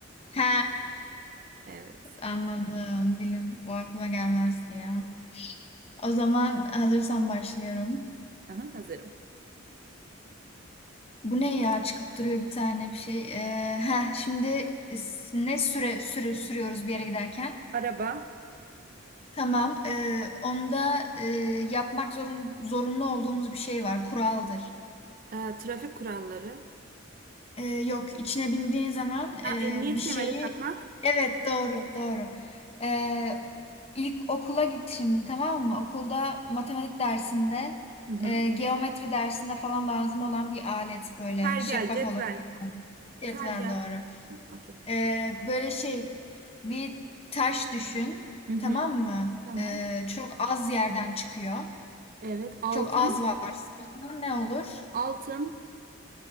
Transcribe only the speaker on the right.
Evet.
Aha, hazırım.
Araba,
Ee, trafik kuralları.
Ha, emniyet
kemeri takmak.
Hı hı.
Pergel,
cetvel.
Pergel.
Okey.
Hı hı.
Tamam.
Evet. Altın.
Altın.